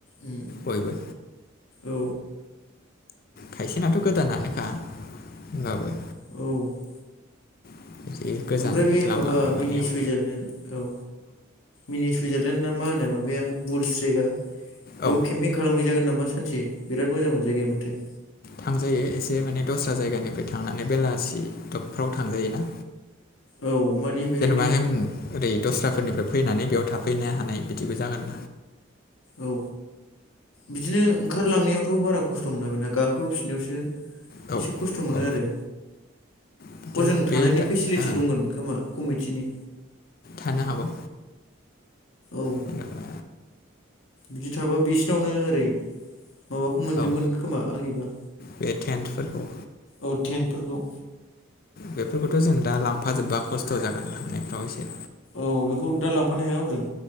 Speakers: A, on the left; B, on the left.
A: उम
B: बयबो
A: औ
B: खायसेनाथ गोदानानोखा होमबाबो
A: औ
B: <inaudible>
A: ओ ओमफ्राय बे
B: लामा
A: माबा
B: माबानायाव
A: मिनि सुइजारलेणड औ। मिनि सुइजारलेण्डना मा होनो माबाया बुल स्रेगआ बेयाव
B: औ
A: केम्पिंनि खालामहैजागोन नामा सानसे बिराद मोजां मोनजाय गैया माथो
B: थांजायो एसे माने दस्रा-जायगानिफ्राय थांनानै बेलासि फ्राव थांजायो ना।
A: औ मानि बेहायनो
B: जेनेबा जों ओरै दस्राफोरनिफ्राय फैनानै बेयाव थाफैनो हानाय बिदिबो जागोन।
A: औ बिदिनो ओंखारलांनायावथ' बारा खस्थ' मोना बे गाखोबोफिनायावसोओ
B: औ
A: एसे खस्थ' मोनो
B: औ
A: आरो
B: बिदिनो
A: हजों
B: बे
A: थानायनि
B: दा
A: फेसिलिटि
B: ओ
A: दंगोन। खोमा कमिटिनिओ
B: थानो हागौ।
A: औ
B: जेनेबा
A: बिदि थाबा बिसिनावनो ओरैहा माबाखौ मोनजोबगोन
B: औ
A: खोमा आंनिबाओ
B: बे टेन्टफोरखौ।
A: औ ट्रेनफोरखौओ
B: बेफोरखौथ' जों दा लांफाजोबबा खस्थ' जागोन लांनायफ्राव एसे
A: औ बेखौ दा लांफानो हाया हजोंओ